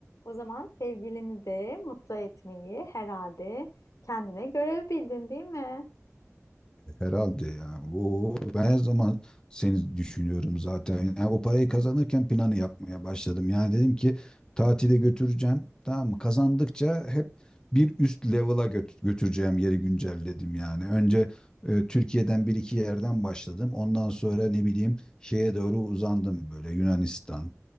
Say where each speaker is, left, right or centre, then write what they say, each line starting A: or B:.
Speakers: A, on the left; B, on the left.
A: O zaman sevgilini de mutlu etmeyi herhalde kendine görev bildin değil mi?
B: Herhalde ya. Oo, ben her zaman seni düşünüyorum zaten. Yani o parayı kazanırken planı yapmaya başladım. Yani dedim ki tatile götüreceğim. Tamam mı? Kazandıkça hep bir üst level'a göt- götüreceğim yeri güncelledim yani. Önce e, Türkiye'den bir iki yerden başladım. Ondan sonra ne bileyim şeye doğru uzandım böyle Yunanistan,